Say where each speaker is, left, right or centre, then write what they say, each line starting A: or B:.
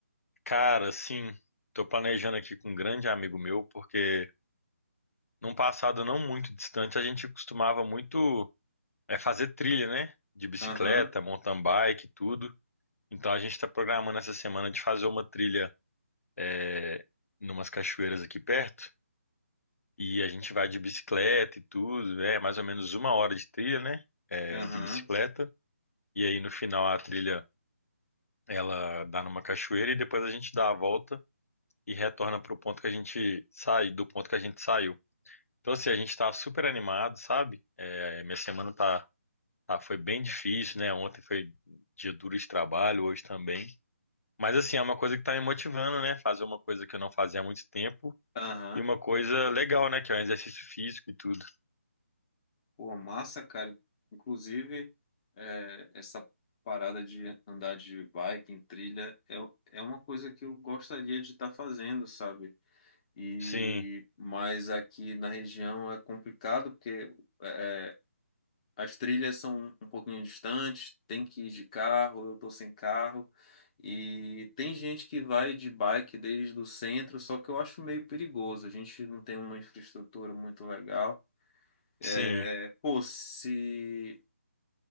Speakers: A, on the left (about 80°); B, on the left (about 30°).
A: Cara, assim, tô planejando aqui com um grande amigo meu, porque num passado não muito distante a gente costumava muito. É fazer trilha, né? De bicicleta,
B: Aham,
A: mountain bike, tudo. Então a gente está programando essa semana de fazer uma trilha é, numas cachoeiras aqui perto. E a gente vai de bicicleta e tudo. É mais ou menos uma hora de trilha, né? É,
B: aham,
A: de bicicleta. E aí no final a trilha ela dá numa cachoeira e depois a gente dá a volta e retorna pro ponto que a gente sai, do ponto que a gente saiu. Então assim, a gente tá super animado, sabe? É, minha semana tá Ah, foi bem difícil, né? Ontem foi dia duro de trabalho, hoje também. Mas assim, é uma coisa que tá me motivando, né? Fazer uma coisa que eu não fazia há muito tempo
B: aham.
A: e uma coisa legal, né? Que é um exercício físico e tudo.
B: Pô, massa, cara. Inclusive, é, essa parada de andar de bike em trilha é, é uma coisa que eu gostaria de estar fazendo, sabe? E
A: Sim,
B: mas aqui na região é complicado porque é, é, as trilhas são um pouquinho distantes, tem que ir de carro, eu tô sem carro. E tem gente que vai de bike desde o centro, só que eu acho meio perigoso. A gente não tem uma infraestrutura muito legal. É,
A: sim,
B: pô, se